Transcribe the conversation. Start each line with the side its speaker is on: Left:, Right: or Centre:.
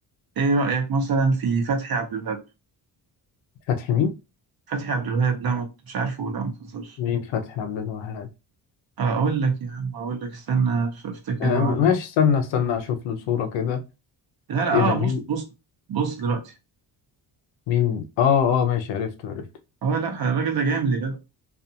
Right: ايه رأيك مثلا في فتحي عبد الوهاب
Left: فتحي مين
Right: فتحي عبد الوهاب لا ما كنتش عارفه لا ما تهزرش
Left: مين فتحي عبد الوهاب
Right: آه، اقول لك يا عم اقول لك استنى ف- افتكر
Left: آه
Right: هو
Left: م-
Right: عمل
Left: ماشي استنى استنى اشوف له صورة كده
Right: لا لا
Left: ايه ده
Right: اه بص
Left: مين
Right: بص بص دلوقتي
Left: مين اه اه ماشي عرفته عرفته
Right: اه لا الراجل ده جامد يا جدع